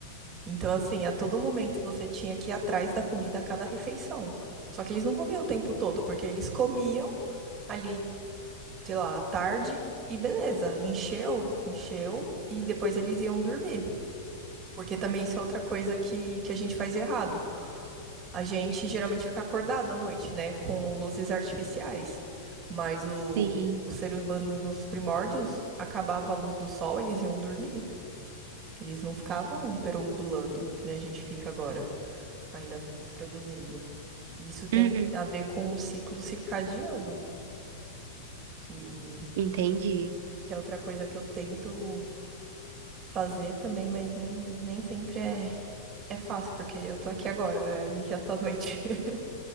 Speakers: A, on the right; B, on the right.
A: Então, assim, a todo momento você tinha que ir atrás da comida a cada refeição. Só que eles não comiam o tempo todo, porque eles comiam ali sei lá, à tarde e beleza, encheu, encheu e depois eles iam dormir. Porque também isso é outra coisa que, que a gente faz errado. A gente geralmente fica acordado à noite, né, com luzes artificiais. Mas o,
B: Sim.
A: os seres humanos nos primórdios, acabava a luz do sol, eles iam dormir. Eles não ficavam perambulando, que nem a gente fica agora, ainda produzindo. E Isso tem
B: Uhum.
A: a ver com o ciclo circadiano, que,
B: Entendi.
A: que é outra coisa que eu tento fazer também, mas nem, nem sempre é, é fácil, porque eu tô aqui agora, né? Aí já tá noite. <laughs>